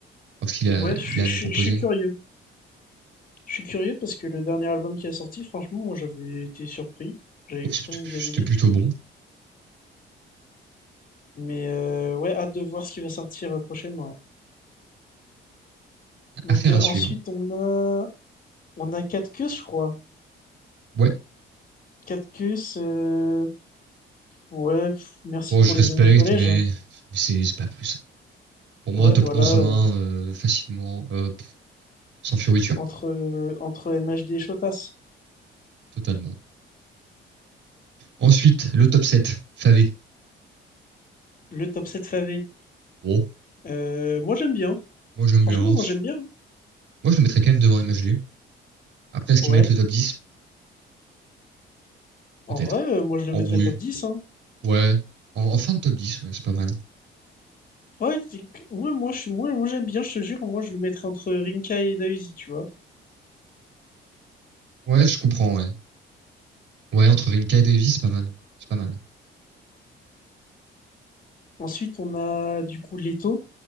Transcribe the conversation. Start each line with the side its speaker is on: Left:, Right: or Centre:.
Right: parce qu'il a,
Left: hein. Ouais, je suis,
Right: il a
Left: je
Right: à nous
Left: suis,
Right: proposer.
Left: je suis curieux. Je suis curieux parce que le dernier album qui a sorti, franchement, moi j'avais été surpris. J'avais
Right: Ouais, c'était
Left: quand même
Right: c'était
Left: bien aimé.
Right: plutôt bon.
Left: Mais euh, ouais, hâte de voir ce qui va sortir euh, prochainement. là. Donc
Right: Affaire
Left: euh,
Right: à suivre.
Left: ensuite on a on a 4 queues, je crois.
Right: Ouais,
Left: 4 queues, euh, ouais, pff, merci
Right: bon,
Left: pour
Right: je
Left: les
Right: respecte,
Left: années collège.
Right: mais,
Left: hein.
Right: mais c'est c'est pas plus. Pour moi,
Left: Ouais,
Right: top
Left: voilà,
Right: onze vingt
Left: euh,
Right: euh, facilement, euh, pff, sans fioriture,
Left: entre euh, entre MHD et Chotas,
Right: totalement. Ensuite, le top sept Favé.
Left: le top 7 Fave.
Right: Bon,
Left: Euh, moi, j'aime bien.
Right: moi j'aime
Left: Franchement,
Right: bien.
Left: moi,
Right: C'est-
Left: j'aime bien.
Right: Moi je le mettrais quand même devant MHG. Après, est-ce qu'il
Left: Ouais.
Right: mérite le top dix Peut-être.
Left: En vrai, euh, moi, je
Right: En
Left: le mettrais
Right: bruit,
Left: top dix hein.
Right: ouais. En, en fin de top dix ouais, c'est pas mal.
Left: Ouais, t'es- ouais, moi, je suis, moi, moi, j'aime bien, je te jure. Moi, je le mettrais entre Rimka et Daisy, tu vois.
Right: Ouais, je comprends, ouais. Ouais, entre Rimka et Davy, c'est pas mal. C'est pas mal.
Left: Ensuite, on a, du coup, Leto.